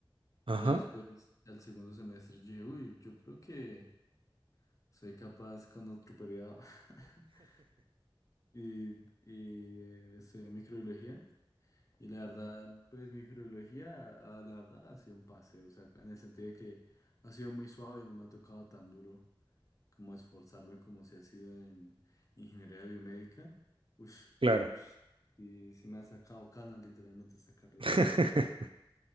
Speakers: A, on the right; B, on the left.
A: Ajá,
B: Ya después, al segundo semestre, yo dije, uy, yo creo que soy capaz con otro periodo <laughs> y, y estudié microbiología. Y la verdad, pues microbiología, ah, la verdad, ha sido un paseo, o sea, en el sentido de que ha sido muy suave, no me ha tocado tan duro como esforzarme como se ha sido en ingeniería biomédica. Ush,
A: claro.
B: que ush, y sí me ha sacado canas literalmente esta carrera.
A: <laughs>